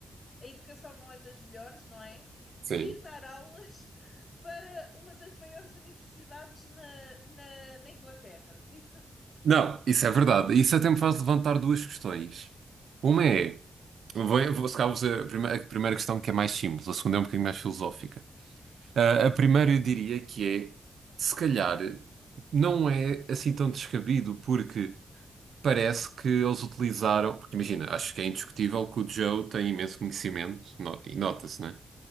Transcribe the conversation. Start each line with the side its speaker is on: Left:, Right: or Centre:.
Left: a educação não é das melhores, não é?
Right: Sim.
Left: E ir dar aulas <laughs> para uma das maiores universidades na, na, na Inglaterra. <laughs> Tipo,
Right: Não, isso é verdade. Isso até me faz levantar duas questões. Uma é, vou, vou, se calhar vou fazer a primeira, a primeira questão que é mais simples, a segunda é um bocadinho mais filosófica. Ah, a primeira eu diria que é, se calhar, não é assim tão descabido, porque parece que eles utilizaram. Porque imagina, acho que é indiscutível que o Joe tem imenso conhecimento, no- e nota-se, né?